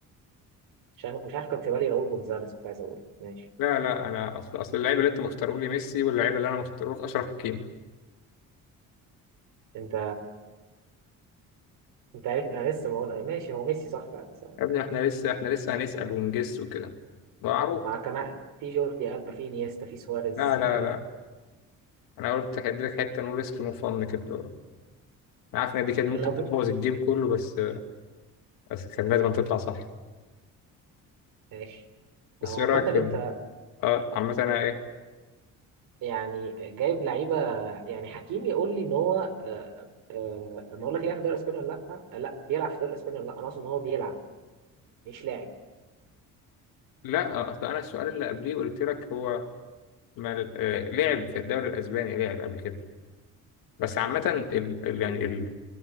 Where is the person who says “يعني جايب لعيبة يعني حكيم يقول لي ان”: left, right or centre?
Right